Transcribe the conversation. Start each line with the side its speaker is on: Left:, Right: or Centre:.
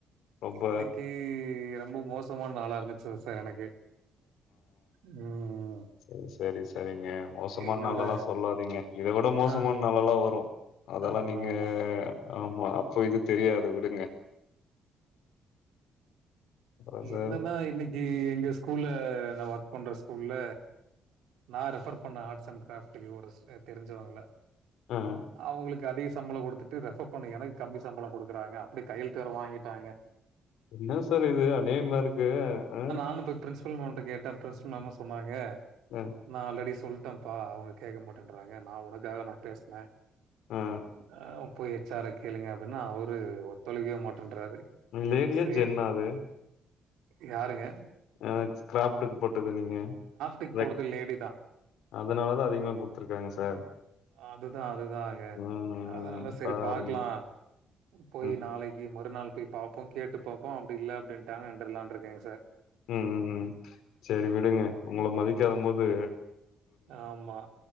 Left: ரொம்ப
Right: இன்னைக்கு ரொம்ப மோசமான நாளா இருந்துச்சர சார் எனக்கு ம் ம்
Left: செரி செரி சரிங்க மோசமான
Right: என்னோட
Left: நாள்ல்லா சொல்லாதீங்க இதை விட மோசமான
Right: ஆ
Left: நாள்ல்லாம் வரும் அதெல்லா
Right: ஆமா
Left: நீங்க
Right: ஆமாங்க.
Left: ஆமா அப்போ இது தெரியாது விடுங்க அப்றோ சார்
Right: என்னன்னா இன்னைக்கு எங்க ஸ்கூல்ல நா ஒர்க் பண்ற ஸ்கூல்ல நான் ரெஃபர் பண்ண ஆர்ட்ஸ் அண்ட் கிராப்டக்கு ஒரு தெரிஞ்சவாங்க
Left: ம்
Right: அவங்களுக்கு அதிக சம்பளம் குடுத்துட்டு ரெஃபர் பண்ண எனக்கு கம்மி சம்பளம் குடுக்குறாங்க அப்படி கையெழுத்து வேற வாங்கிட்டாங்க
Left: என்ன சார் இது அநியாயமா இருக்கு ஹ
Right: என்ன பண்றது பிரின்ஸ் மேம்ட்ட கேட்ட பிரின்ஸ் மேம் சொன்னாங்க
Left: ம்
Right: நா ஆல்ரெடி சொல்ட்டேன்ப்பா அவங்க கேட்க மாட்டேன்றாங்க நா உனக்காக நா பேசுன
Left: ஆ
Right: அ போய் எச் ஆர் கேளுங்க அப்படினா அவரு ஒத்தழைகவே மாட்டேன்றாரு
Left: லேடியா
Right: சேரி
Left: ஜென்னா அது
Right: யாருங்க
Left: அ கிராஃப்டுக்கு போட்டது நீங்க
Right: <unintelligible>
Left: ரெக்
Right: போடுறது லேடி தா
Left: அதனாலதா அதிகமா குடுத்துருக்காங்க சார்
Right: அதுதா அதுதாங்க
Left: ம்
Right: அதனால
Left: ம்
Right: சரி
Left: பாருங்க
Right: பாக்கலா போய்
Left: ம்
Right: நாளைக்கு மறுநாள் போய் பாப்போ கேட்டு பாப்போ அப்படி இல்ல அப்படின்டாங்க நிண்டுர்லாண்டு இருக்கேங்க சார்
Left: ம் சரி விடுங்க உங்கள மதிக்காத மோது
Right: ஆமா